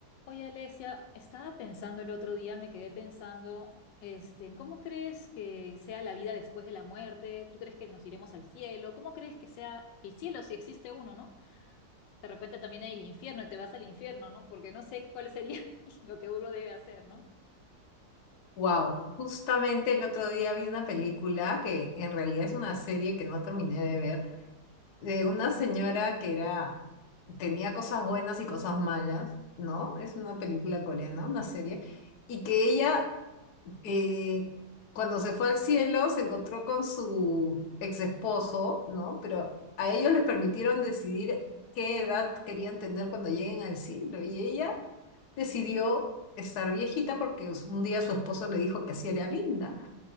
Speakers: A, on the left; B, on the left.
A: Oye, Alesia, estaba pensando el otro día, me quedé pensando, este, en cómo crees que sea la vida después de la muerte. ¿Tú crees que nos iremos al cielo? ¿Cómo crees que sea el cielo si existe uno, no? De repente también hay el infierno y te vas al infierno, ¿no? Porque no sé cuál sería <laughs> lo que uno debe hacer, ¿no?
B: Wow, justamente el otro día vi una película que en realidad es una serie que no terminé de ver, de una señora que era, tenía cosas buenas y cosas malas, ¿no? Es una película coreana, una serie, y que ella eh, cuando se fue al cielo se encontró con su ex esposo, ¿no? Pero a ellos les permitieron decidir qué edad querían tener cuando lleguen al cielo, y ella decidió estar viejita porque us- un día su esposo le dijo que así era linda.